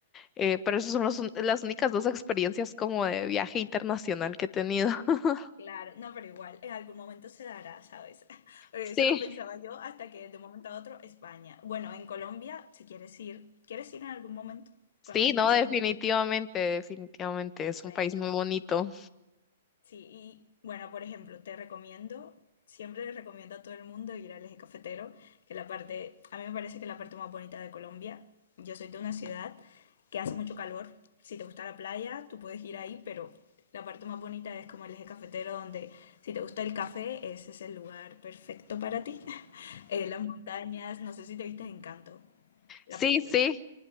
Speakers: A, on the left; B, on the left.
A: eh, pero esas son los un- las únicas dos experiencias como de viaje internacional que he tenido. <laughs>
B: Claro, no, pero igual, en algún momento se dará, ¿sabes? <laughs> Porque
A: Sí.
B: eso lo pensaba yo hasta que de un momento a otro España. Bueno, en Colombia, si quieres ir, ¿quieres ir en algún momento?
A: Sí,
B: Conocer
A: no,
B: Colombia.
A: definitivamente, definitivamente, es
B: Bueno,
A: un país muy bonito.
B: sí, y bueno, por ejemplo, te recomiendo, siempre le recomiendo a todo el mundo ir al Eje Cafetero, que la parte, a mí me parece que es la parte más bonita de Colombia. Yo soy de una ciudad que hace mucho calor. Si te gusta la playa, tú puedes ir ahí, pero la parte más bonita es como el Eje Cafetero, donde si te gusta el café, ese es el lugar perfecto para ti. <laughs> Eh, las montañas, no sé si te viste Encanto, la
A: Sí,
B: película.
A: sí.